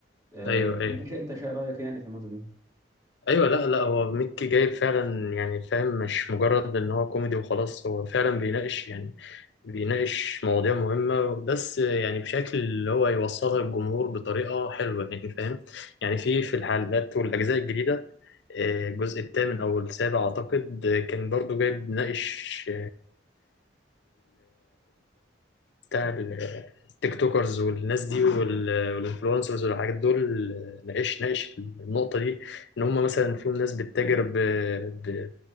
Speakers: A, on the right; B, on the left.
A: آه،
B: ايوه ايوه
A: انت شا... انت شا رايك يعني في النقطه دي
B: ايوه لا لا هو ميكي جايب فعلا يعني فاهم مش مجرد ان هو كوميدي وخلاص هو فعلا بيناقش يعني بيناقش مواضيع مهمة بس يعني بشكل اللي هو يوصلها للجمهور بطريقة حلوة <laughs> يعني فاهم يعني في في الحلقات والأجزاء الجديدة آه، الجزء الثامن أو السابع أعتقد آه، كان برضو جايب ناقش بتاع ال- التيك توكرز والناس دي وال- والانفلونسرز والحاجات دول ناقش ناقش النقطة دي إن هم مثلا فيهم ناس بتتاجر ب ب